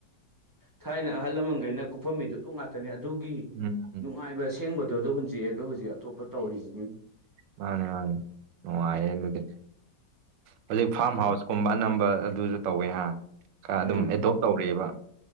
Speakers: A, on the right; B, on the right.
A: ꯊꯥꯏꯅ ꯑꯍꯜ ꯂꯃꯟꯈꯩꯅ ꯀꯨꯞꯐꯝ ꯃꯤꯗꯨ ꯑꯗꯨ ꯉꯥꯛꯇꯅꯦ ꯑꯗꯨꯒꯤ
B: ꯎꯝ
A: ꯅꯨꯡꯉꯥꯏꯕ ꯁꯦꯡꯕꯗꯣ ꯑꯗꯣ ꯍꯨꯟꯖꯛꯑꯒ ꯍꯧꯖꯤꯛ ꯑꯇꯣꯞꯄ ꯇꯧꯔꯤꯁꯤꯅꯦ
B: ꯃꯥꯟꯅꯦ ꯃꯥꯟꯅꯦ ꯅꯨꯡꯉꯥꯏꯌ‌ꯦ ꯑꯗꯨꯗꯤ ꯍꯧꯖꯤꯛ ꯐꯥꯔꯝ ꯍꯥꯎꯁꯀꯨꯝꯕ ꯑꯅꯝꯕ ꯑꯗꯨꯁꯨ ꯇꯧꯋꯦ ꯍꯥ ꯀꯥ
A: ꯎꯝ
B: ꯑꯗꯨꯝ ꯑꯦꯗꯣꯞ ꯇꯧꯔꯤꯑꯦꯕ